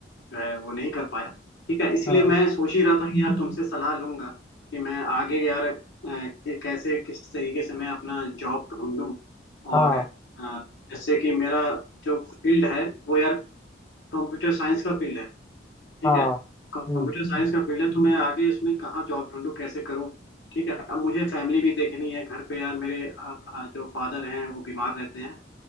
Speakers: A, on the left; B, on the left.
A: मैं वो नहीं कर पाया ठीक है इसलिए
B: हाँ
A: मैं सोच ही रहा था कि यार तुमसे सलाह लूंगा कि मैं आगे यार अ, कि कैसे किस तरीके से मैं अपना जॉब ढूंढूं
B: हाँ
A: और अ, जैसे कि मेरा जो फील्ड है वो यार कंप्यूटर साइंस का फील्ड है ठीक
B: हाँ
A: है कंप्यूटर
B: हम्म
A: साइंस का फील्ड है तो मैं आगे इसमें कहाँ जॉब ढूंढूं कैसे करूं ठीक है अब मुझे फैमिली भी देखनी है घर पे यार मेरे अ, अ, जो फादर हैं वो बीमार रहते हैं